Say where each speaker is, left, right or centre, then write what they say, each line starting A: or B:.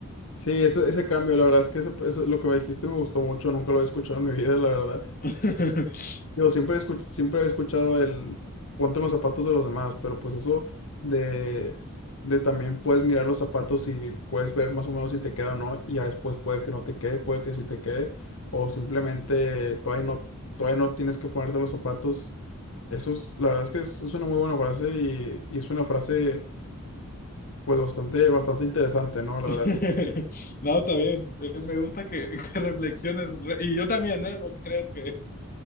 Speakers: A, on the left (about 65°); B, on the left (about 40°).
A: Sí, ese, ese cambio, la verdad es que esa- esa- lo que me dijiste me gustó mucho, nunca lo había escuchado en mi vida, la verdad.
B: <laughs>
A: Yo siempre, he escuch- siempre he escuchado el ponte los zapatos de los demás, pero pues eso de, de también puedes mirar los zapatos y puedes ver más o menos si te queda o no, y ya después puede que no te quede, puede que sí te quede, o simplemente todavía no, todavía no tienes que ponerte los zapatos. Eso es, la verdad es que es, es una muy buena frase y, y es una frase pues bastante, bastante interesante, ¿no? La
B: <laughs>
A: verdad.
B: No, está bien. Eh, Me gusta que, <laughs> que reflexiones. Re- Y yo también, ¿eh? No creas que